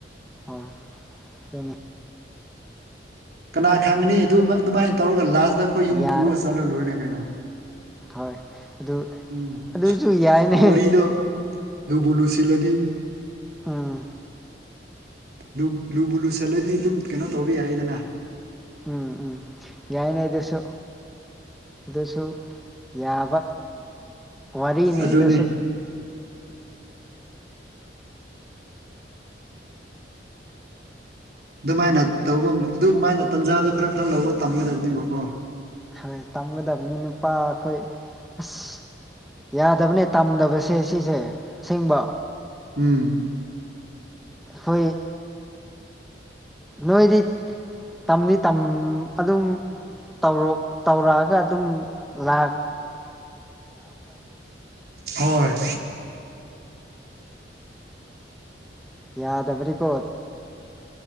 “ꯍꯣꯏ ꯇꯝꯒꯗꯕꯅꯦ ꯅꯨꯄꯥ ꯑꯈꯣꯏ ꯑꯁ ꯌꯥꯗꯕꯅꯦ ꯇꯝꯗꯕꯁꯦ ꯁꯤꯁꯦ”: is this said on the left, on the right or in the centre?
Centre